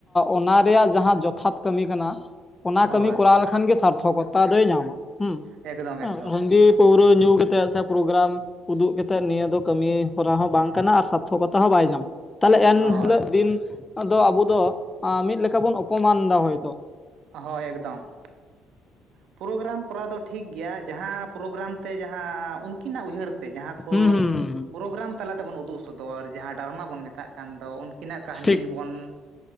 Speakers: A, on the left; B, on the right.
A: ᱚᱱᱟ ᱨᱮᱭᱟᱜ ᱡᱟᱦᱟᱸ ᱡᱚᱛᱷᱟᱛ ᱠᱟᱹᱢᱤ ᱠᱟᱱᱟ᱾ ᱚᱱᱟ
B: ᱦᱳᱭ
A: ᱠᱟᱹᱢᱤ ᱠᱚᱨᱟᱣ ᱞᱮᱠᱷᱟᱱ ᱜᱮ ᱥᱟᱨᱛᱷᱚᱠᱚᱛᱟ ᱫᱚᱭ ᱧᱟᱢᱟ, ᱦᱩᱸ
B: ᱮᱠᱫᱚᱢ ᱮᱠᱫᱚᱢ
A: ᱦᱟᱺᱰᱤ ᱯᱟᱹᱣᱨᱟᱹ ᱧᱩᱛᱮᱫ ᱥᱮ ᱯᱨᱳᱜᱨᱟᱢ ᱩᱫᱩᱜ ᱠᱟᱛᱮᱫ ᱱᱤᱭᱟᱹ ᱫᱚ ᱠᱟᱹᱢᱤ ᱦᱚᱨᱟ ᱦᱚᱸ ᱵᱟᱝ ᱠᱟᱱᱟ ᱟᱨ ᱥᱟᱛᱷᱚᱠᱚᱛᱟ ᱦᱚᱸ ᱵᱟᱭ ᱧᱟᱢᱟ᱾ ᱛᱟᱦᱞᱮ ᱮᱱᱦᱤᱞᱳᱜ
B: ᱦᱳᱭ
A: ᱫᱤᱱ ᱫᱚ ᱟᱵᱚ ᱫᱚ ᱢᱤᱫ ᱞᱮᱠᱟ ᱵᱚᱱ ᱚᱯᱚᱢᱟᱱ ᱮᱫᱟ, ᱦᱳᱭᱛᱳ᱾
B: ᱦᱳᱭ ᱮᱠᱫᱚᱢ᱾ ᱯᱨᱳᱜᱨᱟᱢ ᱠᱚᱨᱟᱣ ᱫᱚ ᱴᱷᱤᱠ ᱜᱮᱭᱟ, ᱡᱟᱦᱟᱸ ᱯᱨᱳᱜᱨᱟᱢ ᱛᱮ ᱡᱟᱦᱟᱸ ᱩᱱᱠᱤᱱᱟᱜ ᱩᱭᱦᱟᱹᱨ ᱡᱟᱦᱟᱸ
A: ᱦᱩᱸ
B: ᱠᱚ
A: ᱦᱩᱸ
B: ᱯᱨᱳᱜᱨᱟᱢ ᱛᱟᱞᱟ ᱛᱮᱵᱚᱱ ᱩᱫᱩᱜ ᱥᱚᱫᱚᱨ, ᱡᱟᱦᱟᱸ ᱰᱨᱟᱢᱟ ᱵᱚᱱ ᱢᱮᱛᱟᱜ ᱠᱟᱱ ᱫᱚ ᱩᱱᱠᱩ ᱩᱱᱠᱤᱱᱟᱜ ᱠᱟᱹᱦᱱᱤ
A: ᱴᱷᱤᱠ
B: ᱵᱚᱱ